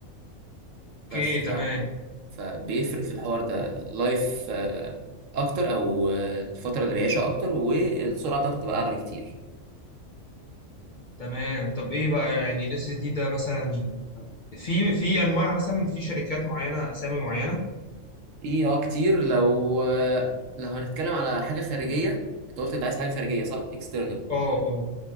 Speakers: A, on the right (about 75°); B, on the left (about 50°).
A: بس
B: اوكي
A: ف...
B: تمام
A: فبيفرق في الحوار ده لايف أكتر أو آه، الفترة اللي بيعيشها أكتر والسرعة بتاعته تبقى أعلى بكتير
B: تمام طب ايه بقى يعني الاس اس دي ده مثلا في في انواع مثلا في شركات معينه اسامي معينه
A: في اه كتير لو آه، لو هنتكلم على حاجة خارجية أنت قلت أنت عايز حاجة خارجية صح؟ external
B: اه اه